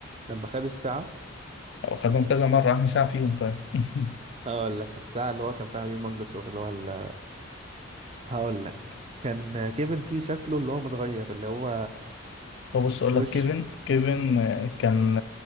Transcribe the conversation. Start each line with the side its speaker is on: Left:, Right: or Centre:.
Right: لما خد الساعة
Left: أو خدهم كذا مرة عني ساعة فيهم طيب <laughs>
Right: أقول لك الساعة اللي هو كان فيها هيومنجس اللي هو ال- هقول لك كان آه، كيفن فيه شكله اللي هو متغير اللي هو
Left: بص اقول
Right: وش
Left: لك كيفن كيفن آه، كان